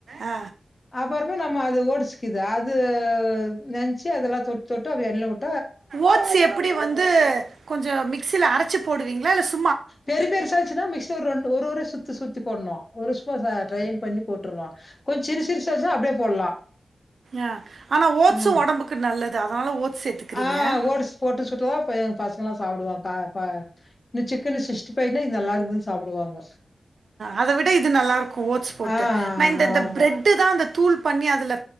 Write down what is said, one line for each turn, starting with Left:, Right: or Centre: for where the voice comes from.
Right: ஆ
Left: அப்புற நம்ம அது ஓடிச்சுக்குது அது நெைச்சு அதெல்லாம் தொட்டு தொட்டு அ எண்ண விட்டு
Right: ஓட்ஸ் எப்படி வந்து கொஞ்சம் மிகஸியில அரைச்சு போடுவீங்களா இல்ல சொல்ல
Left: பெரிய பெருசாச்சுன்னா மிக ஒரு ஒரு சுத்து சுத்தி பொடண்ணும்ம் ஒரு ஸோ ட்ரெயின் பண்ணி போட்டுருவோம் கொஞ்சம் சிரு சிரு சச்சம் அப்படியே போடலாம்
Right: ஆ ஆனா ஓட்ஸு
Left: ஆஹ்
Right: ஒடம்புக்கு நல்லது அதனால ஓட்ஸ் சேத்துக்கிறீங்க
Left: ஆஹ் ஓடிச்சு போட்டு சுட்டுவான் பசங்க எல்லாம் சாப்பிடுவான் இன்னும் சிக்கனு சஷ்டி பனா இது நல்லா இருக்குதான் சாப்பிடுவாங்க
Right: அத விட இது நல்லா இருக்கும் ஓட்ஸ் போட்டு
Left: ஆ நல்லா
Right: இந்த
Left: இருக்கு
Right: பிரெட்டு் தான் அ தூள் பண்ணி அதுல